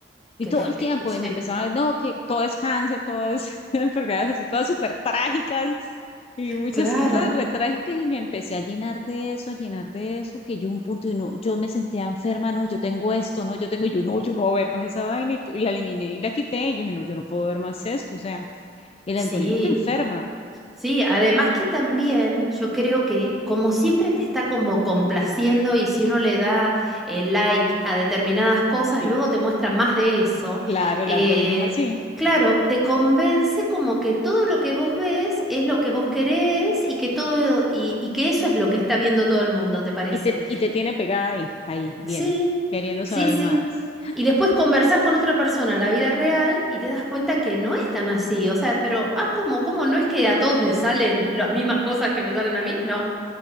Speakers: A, on the left (about 35°); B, in the centre.
A: Y
B: qué
A: todo
B: fe-
A: el tiempo,
B: sí,
A: y me empezaron a decir, no, que todo es cáncer, todo es <laughs> enfermedades así, todas súper trágicas y muchas
B: claro,
A: cosas re trágicas, y me empecé a llenar de eso, a llenar de eso, que yo un punto, y no, yo me sentía enferma, no, yo tengo esto, no, yo tengo, y yo no, yo no voy a ver más esa vaina, y, tu- y la eliminé y la quité, y yo dije, no, yo no puedo ver más esto, o sea, el
B: sí.
A: algoritmo te enferma.
B: Sí, además que también yo creo que como siempre te está como complaciendo y si uno le da el like a determinadas cosas,
A: Sí,
B: luego te muestra más de eso.
A: claro, el
B: eh,
A: algoritmo es así,
B: claro, te convence como que todo lo que vos ves es lo que vos querés y que todo y, y que eso es lo que está viendo todo el mundo, ¿te parece?
A: y te, y te tiene pegada ahí, ahí, viendo,
B: Sí,
A: queriendo
B: sí,
A: saber
B: sí.
A: más.
B: Y después conversás con otra persona en la vida real y te das cuenta que no es tan así. O sea, pero, ah, ¿cómo? ¿Cómo no es que a todos les salen las mismas cosas que me salen a mí? No.